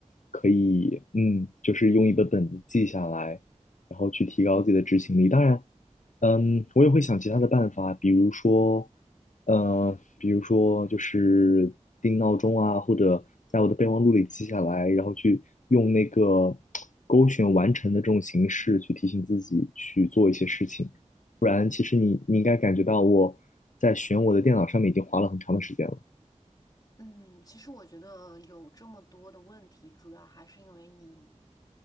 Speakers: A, on the left; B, on the left.
A: 可以，嗯，就是用一本本子记下来，然后去提高自己的执行力。当然，嗯，我也会想其他的办法，比如说，呃，比如说就是定闹钟啊，或者在我的备忘录里记下来，然后去用那个勾选完成的这种形式去提醒自己去做一些事情。不然其实你你应该感觉到我在选我的电脑上面已经花了很长的时间了，
B: 嗯，其实我觉得有这么多的问题，主要还是因为你